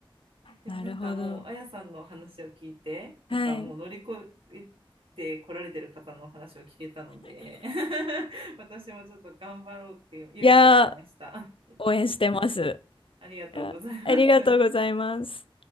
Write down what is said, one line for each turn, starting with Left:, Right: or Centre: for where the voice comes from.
Right: でもなんかもう、
Left: なるほど。
Right: あやさんの話を聞いて、なんかもう乗り越えて来られてる方の話を聞けたので、
Left: はい。
Right: <laughs> 私もちょっと頑張ろうっていう勇気が出ました。
Left: いやー、応援してます。
Right: ありがとうございます。
Left: いやありがとうございます。